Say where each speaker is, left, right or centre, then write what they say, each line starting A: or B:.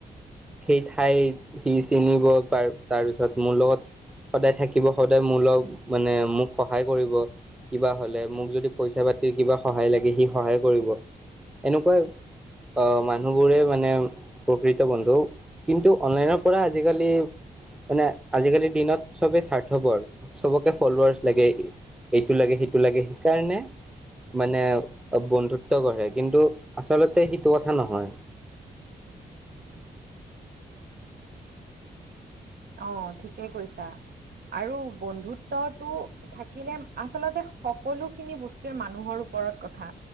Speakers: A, in the centre; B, on the right.
A: সেই ঠাই সি চিনিব পাৰ তাৰপিছত মোৰ লগত সদায় থাকিব সদায় মোৰ লগ মানে মোক সহায় কৰিব। কিবা হ'লে মোক যদি পইচা পাতি কিবা সহায় লাগে সি সহায় কৰিব, এনেকুৱাই আ মানুহবোৰে মানে প্ৰকৃত বন্ধু। কিন্তু অনলাইনৰ পৰা আজিকালি মানে আজিকালিৰ দিনত চবেই স্বাৰ্থপৰ চবকে ফলোৱাছ লাগেই। এইটো লাগে সেইটো লাগে সেইকাৰণে মানে বন্ধুত্ব গঢ়ে, কিন্তু আচলতে সেইটো কথা নহয়।
B: অঁ, ঠিকেই কৈছা আৰু বন্ধুত্বটো থাকিলে আচলতে সকলোখিনি বস্তুৱে মানুহৰ ওপৰত কথা